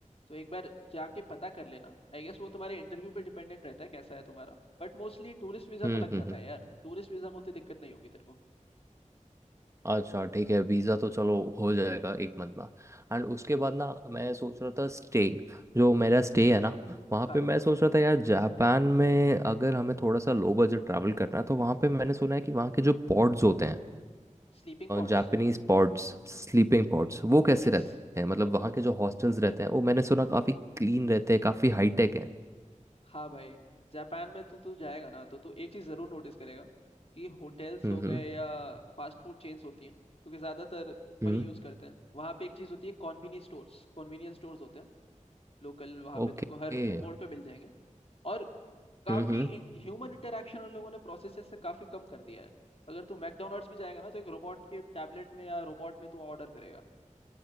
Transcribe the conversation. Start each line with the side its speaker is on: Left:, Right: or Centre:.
Left: तो एक बार जाके पता कर लेना आई गेस वो तुम्हारे इंटरव्यू पे डिपेंडेंट रहता है कैसा है तुम्हारा बट मोस्टली टूरिस्ट वीजा
Right: हम्म
Left: तो लग जाता
Right: हम्म हम्म।
Left: है यार टूरिस्ट वीजा में उतनी दिक्कत नहीं होगी तेरे को
Right: अच्छा ठीक है वीज़ा तो चलो हो जाएगा एक मंथ में एंड
Left: हम्म
Right: उसके बाद ना मैं सोच रहा था स्टे जो मेरा स्टे है ना वहाँ
Left: हाँ
Right: पे मैं सोच रहा था यार जापान में अगर हमें थोड़ा सा लो बजट ट्रैवल करना है तो वहाँ पे मैंने सुना है कि वहाँ के जो पॉड्स होते हैं
Left: स्लीपिंग पॉड्स
Right: जापानीज पॉड्स स्लीपिंग पॉड्स वो कैसे
Left: यस
Right: रहते हैं मतलब वहाँ के जो हॉस्टल्स रहते हैं वो मैंने सुना काफ़ी क्लीन रहते हैं काफ़ी हाईटेक है
Left: हाँ भाई जापान में तो तू जाएगा ना तो तू एक चीज़ ज़रूर नोटिस करेगा कि होटल्स
Right: हम्म
Left: हो गए
Right: हम्म
Left: या फास्ट फूड चेन्स होती हैं क्योंकि ज़्यादातर
Right: हम्म
Left: वही यूज़ करते हैं वहाँ पे एक चीज़ होती है कॉन्वीनियंस स्टोर्स कॉन्वीनियंस स्टोर्स होते हैं लोकल वहाँ
Right: ओके
Left: पे तुमको हर
Right: हम्म
Left: मोड़ पे मिल जाएंगे और काफ़ी
Right: हम्म
Left: ह्यूमन इंटरेक्शन उन लोगों ने प्रोसेसेस से काफ़ी कम कर दिया है अगर तू मैकडोनल्ड्स भी जाएगा ना तो एक रोबोट के टैबलेट में या रोबोट में तू ऑर्डर करेगा